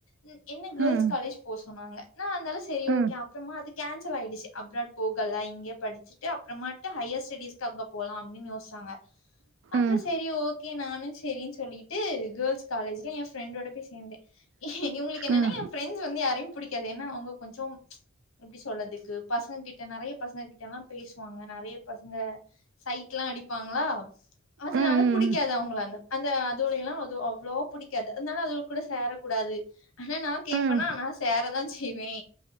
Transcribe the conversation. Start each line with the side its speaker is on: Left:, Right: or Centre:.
Left: ம் என்ன கேர்ள்ஸ்
Right: ம்
Left: காலேஜ் போ சொன்னாங்க நா இந்தாலு சரி
Right: ம்
Left: ஓகே அப் புறமா அது கேன்சல் ஆயிடுச்சு அப்ராட் போகல இங்கே படிச்சு ட்டு அப்புறமாட்டு ஹையர் ஸ்டடிஸ்க்கு அங்க போலா அப்டின்னு யோச்சாங்க அப்றோ
Right: ம்
Left: சரி ஓகே நானு சரினு சொல்லிட்டு கேர்ள்ஸ் காலேஜ்ல என் ஃப்ரெண்டோட போய் சேந்தே இவ்ங்களுக்கு என்னனா
Right: ம்
Left: எ ஃப்ரெண்ட்ஸ் வந்து யாரையும் புடிக்காது ஏனா அவங்க கொஞ்சொம் எப்டி சொல்றதுக்கு பசங்க கிட்ட நெறைய பசங்க கிட்டல்லா பேசுவாங்க நெறைய பசங்க சைட்லா அடிப்பாங்களா அதனால
Right: ம்
Left: புடிக்காது
Right: ம்
Left: அவங்கள அந்த அந்த அதுவுலையெல்லா அது அவ்ளோவா புடிக் காது அதனால அதுக கூட சேர கூடாது ஆனா நா கேட்பனா
Right: ம்
Left: நா சேறதா செய்வே